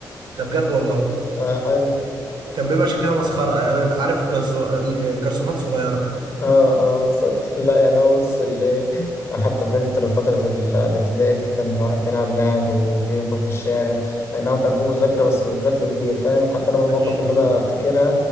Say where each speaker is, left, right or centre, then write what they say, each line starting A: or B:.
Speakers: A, on the right (about 85°); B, on the left (about 30°).
A: ده بجد والله
B: امم
A: كان بيبقى شكلها مسخره آه، عارف الجرسو- الجرسونات صغيره
B: اه اه بالظبط <laughs> لا يعني هو بص الايه حتى فاكر فترة ال- الابتدائي دي كان الواحد بيلعب لعب وبيخرج في الشارع اي نعم كان في مذاكرة بس مش بشكل كبير فاهم حتى انا من المواقف
A: اكيد
B: اللي
A: طبعا
B: انا افتكرها